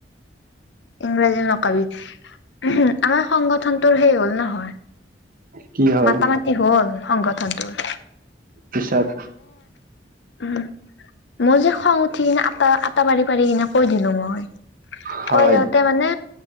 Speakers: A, on the left; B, on the right.
A: ইংৰাজী নকবি। উ আমাৰ সংগঠনটোৰ সেই হ'ল নহয়
B: কি হ'ল
A: মাতা মাটি হ'ল সংগত তন্ত <unintelligible>
B: পিছত
A: উ, মই যে খং উঠি কিনে, আটা আটা পাৰি পাৰি কিনে কৈ দিলো মই,
B: হয়
A: কৈ যাওঁতে মানে